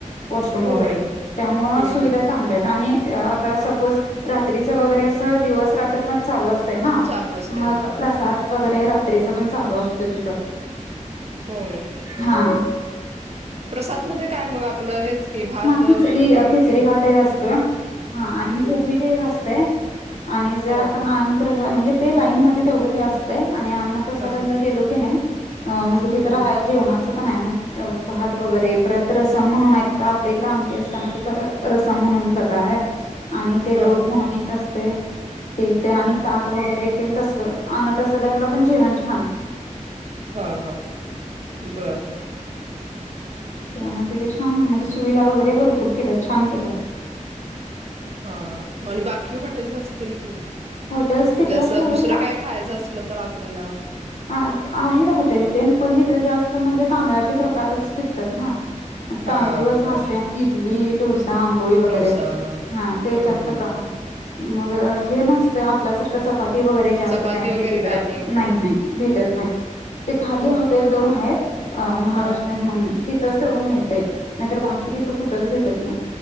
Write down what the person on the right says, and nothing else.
होय.
हम्म
हम्म
चालू असते
हा हा
होय
प्रसादमध्ये काय मग आपलं हेच की भात
होय
हा हा
हम्म
हम्म
हा
हा
हां हां बरं
हा मग आणि बाकी हॉटेल्स असतील की म्हणजे
असं
दुसरं काय खायचं असल तर आपल्याला,
हा
बरोबर
डोसा हम्म
हम्म
चपाती
वगैरे
काय होय
होय
हा